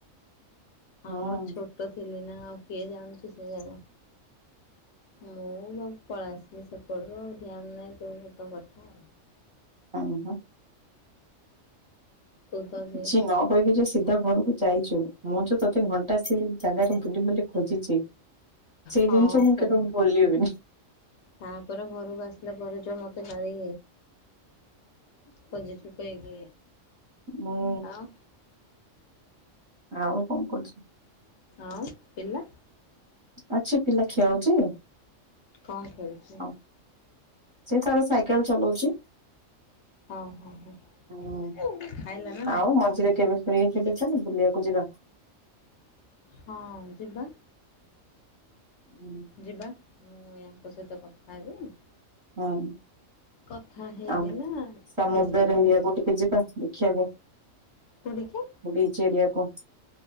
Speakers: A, on the left; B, on the right.
A: ହଁ
B: ହୁଁ
A: ଛୋଟ ଥିଲି ନା ଆଉ କିଏ ଜାଣୁଚି ସେଯାଗା। ମୁଁ ମୋର ପଳେଇଆସିଲି ସେପଟରୁ ଧ୍ୟାନ ନାହିଁ ତୋର ତୋ କଥା।
B: <inaudible>
A: ତୁ ତ ସେ
B: କିଛି ନ କହିକି ଯୋଉ ସିଧା ଘରକୁ ଯାଇଚୁ ମୁଁ ଯୋଉ ତୋତେ ଘଣ୍ଟା ସେ ଜାଗାରେ ବୁଲି ବୁଲି ଖୋଜିଚି ସେ
A: ହଁ
B: ଜିନିଷ ମୁଁ
A: ପରା
B: କେବେ ଭୁଲିବିନି।
A: ତାପରେ ଘରକୁ ଆସିଲା ପରେ ଯୋଉ ମତେ ଗାଳି। ଖଜିଛୁ କିଏ କିଏ
B: ମୁଁ
A: ଆଉ‌।
B: ଆଉ କଣ କରୁଚୁ?
A: ଆଉ ପିଲା?
B: ଅଛି ପିଲା ଖେଳୁଚି ହଁ।
A: କଣ ଖେଳୁଛୁ?
B: ସେ ତାର ସାଇକେଲେ ଚଲୋଉଚି।
A: ହଁ ହଁ ହଁ
B: ହୁଁ
A: ଖାଇଲ ନା ନାଇଁ?
B: ଆଉ ମଝିରେ କେବେ ଫ୍ରି କେବେ ଅଛ ବୁଲିବାକୁ ଯିବା।
A: ହଁ ଯିବା
B: ହୁଁ
A: ଯିବା। ମୁଁ ୟାଙ୍କ ସହିତ କଥା ହେବି।
B: ହଁ।
A: କଥା ହେଇକିନା
B: ଆ ସମୁଦ୍ର
A: ଡିସାଇଡ୍ କରିବି।
B: ଏରିଆକୁ ଟିକେ ଯିବା ଦେଖିବାକୁ।
A: <unintelligible>
B: <unintelligible>